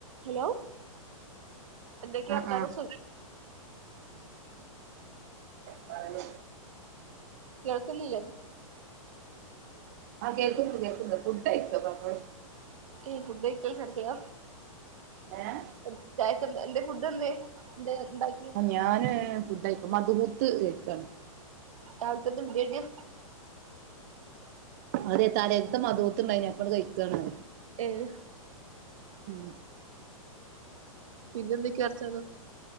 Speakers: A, on the right (about 65°); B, on the right (about 30°).
A: Hello എന്തൊക്കെ
B: ആ
A: വർത്താനം
B: ആ
A: സു
B: പറഞ്ഞോളു
A: കാൾക്കുന്നില്ലേ
B: ആഹ് കേക്കുന്നുണ്ട് കേക്കുന്നുണ്ട് ഫുഡ് കയിക്ക പറഞ്ഞോ
A: ഫുഡ് കയ്ക്കൽ നടക്ക്യാ
B: ഏഹ്
A: എ ചായക്ക് എന്തര് ഫുഡ് എന്തേ എന്ത് ഉണ്ടാക്കി
B: ഞാന് ഫുഡയിക്ക മദുഹൂത്ത് കഴിക്കാണ്
A: രാവിൽതന്നെ ബിരിയാണിയാ
B: അതെ തലെന്നത്ത മദുഹൂത്തുണ്ടായിന് അപ്പങ്ങട് കഴിക്കാണ്
A: ഏഹ്
B: ഉം
A: പിന്നെ എന്തൊക്കെയാ അച്ചാല